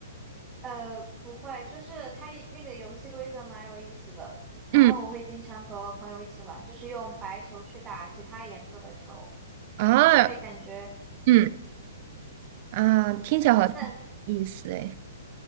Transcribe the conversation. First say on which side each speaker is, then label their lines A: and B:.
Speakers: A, on the right; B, on the right.
A: 呃，不会，就是它一那个游戏规则蛮有意思的。然后我会经常和朋友一起玩，
B: 嗯
A: 就是用白球去打其他颜色的球，
B: 啊，
A: 就会感觉嗯
B: 嗯啊，听起来好像
A: 嗯，那
B: 有意思哎。